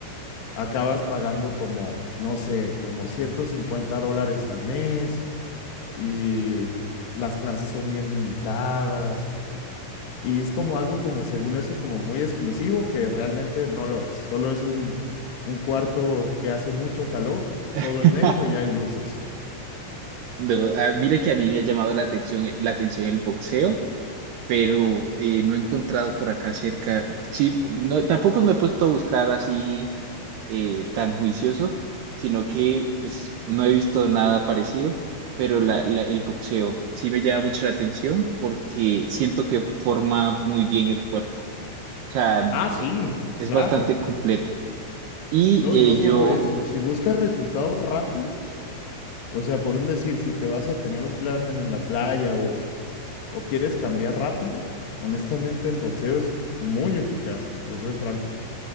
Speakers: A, on the left; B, on the right.
A: acabas pagando como, no sé, como 150 dólares al mes y las clases son bien limitadas y es como algo como, según eso, como muy exclusivo que realmente no lo es, solo es un, un cuarto que hace mucho calor, todo
B: <laughs>
A: es negro y hay luces.
B: No, ah, mira que a mí me ha llamado la atención, eh, la atención el boxeo, pero eh, no he encontrado por acá cerca. Sí, no, tampoco me he puesto a buscar así eh, tan juicioso, sino que pues no he visto nada parecido, pero la- la- el boxeo sí me llama mucho la atención porque siento que forma muy bien el cuerpo, o sea,
A: Ah, sí,
B: eh, eh, es
A: claro.
B: bastante completo. Y
A: No,
B: eh,
A: y no solo
B: yo,
A: eso, si buscas resultados rápidos, o sea, por un decir, si te vas a tener un plan en, en la playa o, o quieres cambiar rápido, honestamente el boxeo es muy eficaz, te soy franco.